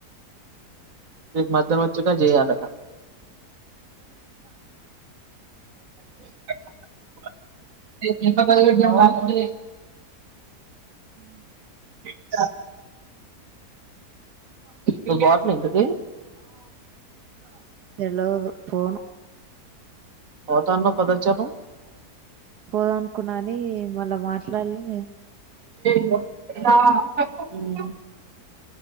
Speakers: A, on the right (about 55°); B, on the right (about 80°).
A: రేప్ మధ్యానం వచ్చక జేయాలట <unintelligible>
B: మ్
A: <inaudible> నువ్ పోతునవ ఇంతకి
B: తెలదు పోను
A: పోతా అన్నవ్ పద చెప్పు
B: పోదకున్న గని మళ్ళ మాట్లాడ్లే
A: ఊ